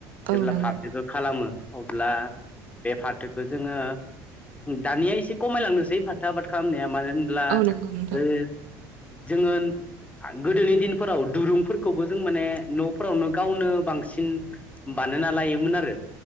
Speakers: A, on the right; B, on the left.
A: औ
B: जेब्ला
A: नंगौ
B: फाथोखो खालामो अब्ला बे फाथोखो जोङो दानिया एसे खमायलांनोसै फाथो आबाद खालामनाया मानो होन ब्ला
A: नोंथां
B: ओ जोङो गोदोनि दिनफोराव दुरुंफोरखौबो जों माने न'फोरावनो गावनो बांसिन बा नायना लायोमोन आरो